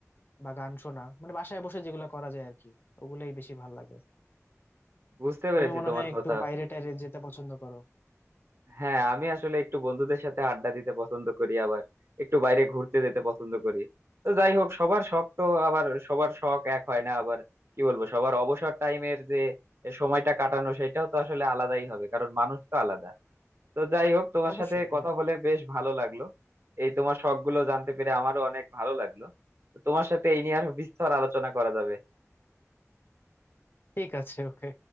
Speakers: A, on the left; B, on the right.
A: বা গান শোনা মানে বাসায় বসে যেগুলো করা যায় আর কি ওগুলাই বেশি ভালো লাগে
B: বুঝতে পেরেছি
A: তুমি মনে
B: তোমার
A: হয় একটু
B: কথা
A: বাইরে টাইরে যেতে পছন্দ করো
B: হ্যাঁ আমি আসলে একটু বন্ধুদের সাথে আড্ডা দিতে পছন্দ করি আবার একটু বাইরে ঘুরতে যেতে পছন্দ করি তো যাই হোক সবার শখ তো আবার সবার শখ এক হয় না আবার কি বলবো সবার অবসর টাইমের যে সময়টা কাটানো সেটাও তো আসলে আলাদাই হবে কারণ মানুষ তো আলাদা তো যাই হোক তোমার
A: অবশ্যই
B: সাথে কথা
A: হ্যাঁ
B: বলে বেশ ভালো লাগলো এই তোমার শখ গুলো জানতে পেরে আমারও অনেক ভালো লাগলো তো তোমার সাথে এই নিয়ে আরো বিস্তর আলোচনা করা যাবে
A: ঠিক আছে ওকে